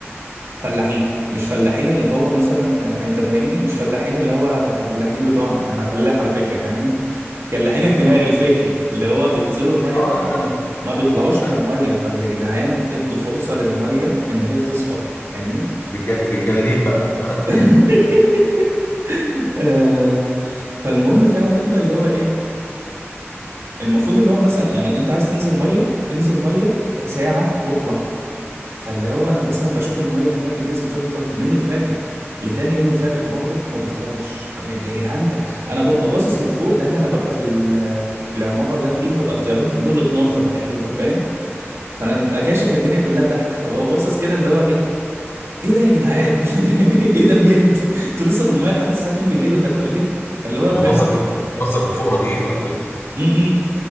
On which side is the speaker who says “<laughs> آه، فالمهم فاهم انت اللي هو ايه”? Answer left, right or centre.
Right